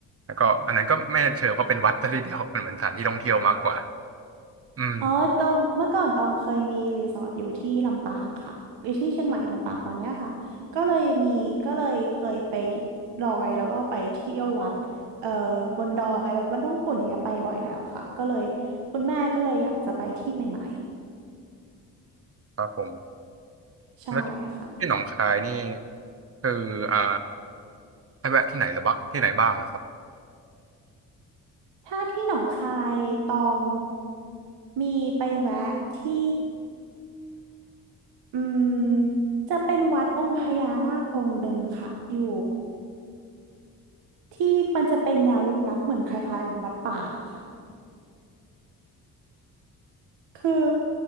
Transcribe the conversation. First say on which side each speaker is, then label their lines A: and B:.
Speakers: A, on the right; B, on the right.
A: แล้วก็อันนั้นก็ไม่เชิงว่าเป็นวัดซะทีเดียวมันเหมือนสถานที่ท่องเที่ยวมากกว่าอืม
B: อ๋อตรงเมื่อก่อนตองเคยมีรีสอร์ทอยู่ที่ลำปางค่ะอยู่ที่เชียงใหม่ลำปางประมันเนี้ยค่ะก็เลยมีก็เลยเคยไปดอยแล้วก็ไปเที่ยววัดเอ่อบนดอยแล้ววัดหลวงขุ่นอย่างเนี้ยไปบ่อยแล้วค่ะก็เลยคุณแม่ก็เลยอยากจะไปที่ใหม่
A: ครับผม
B: ๆใช่ค่ะ
A: แล้วที่หนองคายนี่คืออ่าให้แวะที่ไหนหรือบ้างที่ไหนบ้างเหรอครับ
B: ถ้าที่หนองคายตองมีไปแวะที่อืมจะเป็นวัดองค์พญานาคองค์หนึ่งค่ะอยู่ ที่มันจะเป็นแนวลึกลับเหมือนคล้ายๆวัดป่าค่ะ คือ